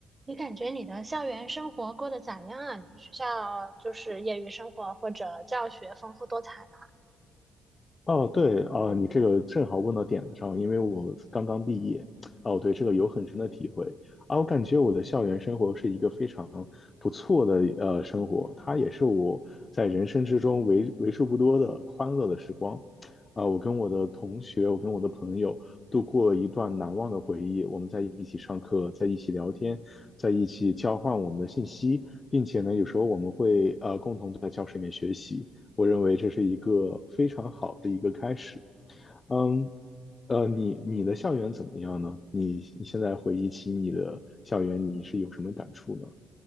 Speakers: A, on the right (about 20°); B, on the left (about 30°).
A: 你感觉你的校园生活过得咋样啊？你们学校就是业余生活或者教学丰富多彩吗？
B: 哦，对啊，你这个正好问到点子上，因为我刚刚毕业，哦，我对这个有很深的体会啊，我感觉我的校园生活是一个非常不错的呃生活，它也是我在人生之中为为数不多的欢乐的时光，啊，我跟我的同学，我跟我的朋友度过了一段难忘的回忆，我们在一起上课，在一起聊天，在一起交换我们的信息，并且呢，有时候我们会呃共同在教室里面学习。我认为这是一个非常好的一个开始。嗯，呃，你你的校园怎么样呢？你你现在回忆起你的校园，你是有什么感触呢？